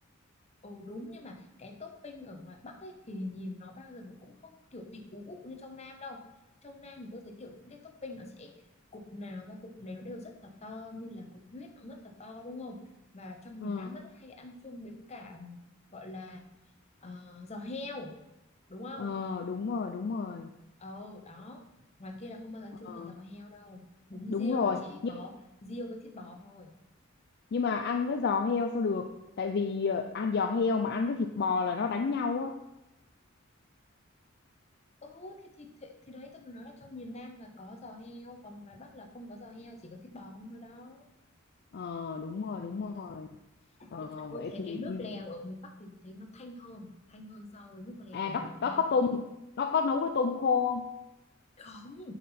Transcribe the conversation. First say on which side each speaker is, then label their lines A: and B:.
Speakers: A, on the left; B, on the left.
A: ừ, đúng nhưng mà cái topping ở ngoài Bắc ấy thì nhìn nó bao giờ nó cũng không kiểu bị ú ụ như trong Nam đâu trong Nam thì tôi thấy kiểu những cái topping nó sẽ cục nào ra cục này nó đều rất là to như là cục huyết nó rất là to đúng không và trong miền
B: ờ
A: Nam rất hay ăn chung với cả gọi là ờ, giò heo đúng không
B: ờ đúng rồi đúng rồi
A: Ồ, đó. Ngoài kia là không bao giờ ăn
B: ờ
A: chung là giò heo đâu. Bún
B: đúng
A: riêu
B: rồi
A: là chỉ
B: nhưng
A: có riêu với thịt bò thôi.
B: nhưng mà ăn với giò heo sao được tại vì ờ, ăn giò heo mà ăn với thịt bò là nó đánh nhau á
A: Ừ, thì, thì, thì, thì đấy tôi mới nói là trong miền Nam là có giò heo, còn ngoài Bắc là không có giò heo, chỉ có thịt bò không thôi đó.
B: Ờ, đúng rồi
A: Ồ,
B: đúng rồi
A: với
B: Ờ,
A: cả tôi
B: vậy
A: thấy
B: thì
A: cái nước lèo ở miền Bắc thì thấy nó thanh hơn, thanh hơn so với nước lèo
B: à
A: ở
B: nó
A: miền Nam.
B: nó có tôm nó có nấu với tôm khô không
A: Không,